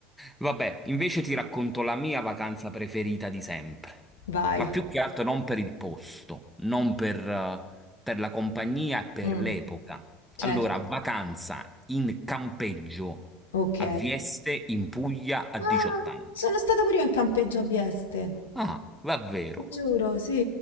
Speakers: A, in the centre; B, on the left.
A: Vabbè, invece ti racconto la mia vacanza preferita di sempre.
B: Vai.
A: Ma più che altro non per il posto, non per, eh, per la compagnia e per
B: Mm,
A: l'epoca.
B: certo.
A: Allora, vacanza in campeggio
B: Ok.
A: a Vieste in Puglia a
B: Ah,
A: 18 anni.
B: sono stata pure io in campeggio a Vieste.
A: Ah, davvero?
B: Ti giuro, sì.